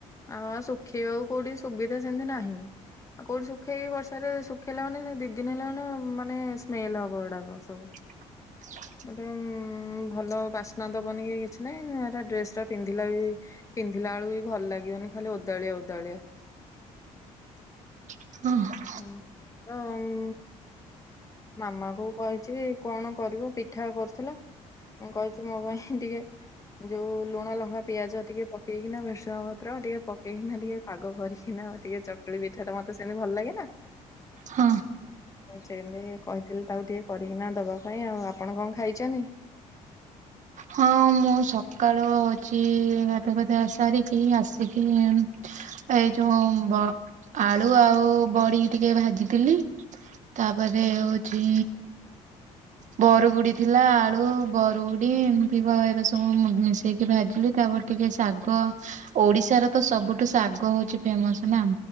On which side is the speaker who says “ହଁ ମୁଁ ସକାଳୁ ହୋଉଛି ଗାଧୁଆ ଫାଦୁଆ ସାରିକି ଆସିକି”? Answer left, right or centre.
Right